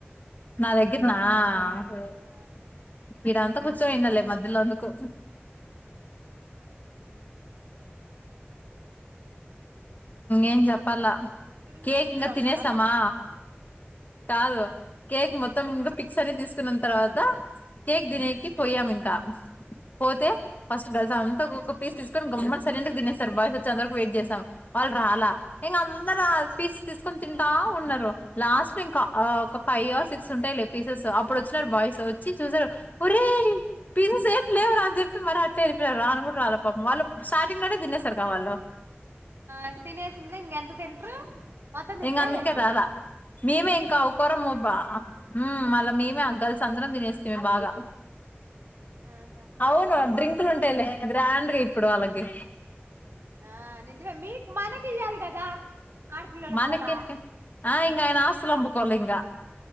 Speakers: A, on the left; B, on the right.
A: <unintelligible>
B: ఆ
A: మధ్యలో అందుకు ఏం
B: ఏమైతే
A: చెప్పాలా
B: ఎక్కడున్నావు
A: కేక్
B: రూమ్
A: ఇంగా
B: లో ఉన్నావా
A: తినేసమా
B: లేకపోతే బయట ఉన్నావా
A: కాదు కేక్ మొత్తం ఇంకా పిక్స్ అని తీసు తినిన తర్వాత కేక్ దినేకి పోయ్యాం ఇంక పోతే ఫస్ట్ గర్ల్స్ అంతా ఒకోక పీస్ గమ్మట్ సె తినేస్తారు బాయస్ వచ్చి అందరకు వెయిట్ చేసాం వాళ్ళుాల ఇంకా అందరు తీసుకొని తింటా ఉన్నారు లాస్ట్ ఇంకా ఒక ఫైవ్ అర్ సిక్స్ ఉంటాయి పీసెస్ అప్పుడు వచ్చినారు బాయ వ వచ్చి చూసారు ఒరే పిసేస్ ఏ లేవు అని చెప్పి మ <unintelligible> పాపం వాళ్ళు స్టార్టింగ్ లోనే తినేసారు కా వాళ్ళు
B: ఎంత తింట్ర మత్తా తింటరా
A: ఇంగ అందుకే
B: ఎల్
A: రాలా మేమే ఇంకా ఒకరబ్బా మళ్ళా మేమే గల్ చంద్రం తినేస్థిమి బాగ
B: ఆహా
A: అవును డ్రింకులు ఉంటాయిలే గ్రాండ్గ ఇప్పుడు వాళ్ళకి
B: ఆ నిజమే మీ మనకి ఇయ్యాలి కదా ఆడపిల్లలకి
A: మనకేంటి
B: కూడా
A: ఆ ఇంక అయన ఆస్తులు అమ్ముకోవాలే ఇంక